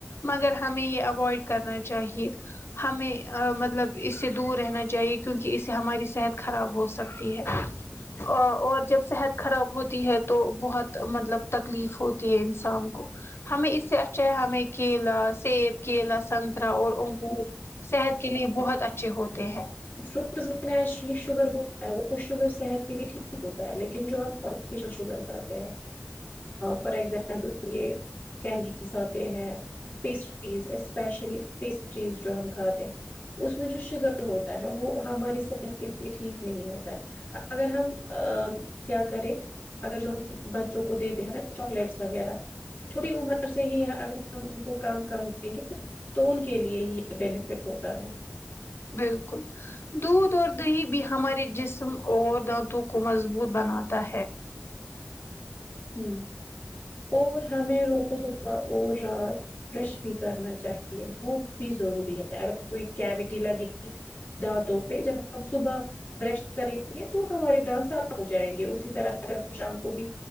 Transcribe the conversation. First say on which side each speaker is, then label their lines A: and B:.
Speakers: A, on the left; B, on the left.
A: مگر ہمیں یہ اوئیڈ کرنا چاہیے ہمیں ا مطلب اس سے دور رہنا چاہیے کیونکہ اس سے ہماری صحت خراب ہو سکتی ہے ا اور جب صحت خراب ہوتی ہے تو بہت مطلب تکلیف ہوتی ہے انسان کو ہمیں اس سے اچھا ہے ہمیں کیلا سیب کیلا سن ترا اور انگور صحت کے لیے بہت اچھے ہوتے ہیں
B: فروٹس میں نیچرلی شوگر ہوتا ہے وہ شوگر صحت کے لیے ٹھیک ہوتا ہے لیکن جو ہم آرٹیفیشیل شوگر کھاتے ہیں فار ایگزامپل یہ کینڈیز آتے ہیں پیسٹریز اسپیشلی پیسٹریز جو ہم کھاتے ہیں اس میں جو شگر ہوتا ہے وہ وہ ہماری صحت کے لیے ٹھیک نہیں ہوتا اگر ہم ا کیا کریں اگر جو ہم بچوں کو دیتے ہیں نا چاکلیٹس وغیرہ چھوٹی عمر سے ہی اگر ہم ان کو کم کم دیں گے تو ان کے لیے ہی بینیفٹ ہوتا ہے
A: بالکل دودھ اور دہی بھی ہمارے جسم اور دانتوں کو مضبوط بناتا ہے
B: ہوں اور ہمیں روز صبح اور رات برش بھی کرنا چاہیے وہ بھی ضروری ہے اگر کوئی کیوٹی لگے گی دانتوں پہ جب ہم صبح برش کریں گے تو ہمارے دانت صاف ہو جائیں گے اسی طرح شام کو بھی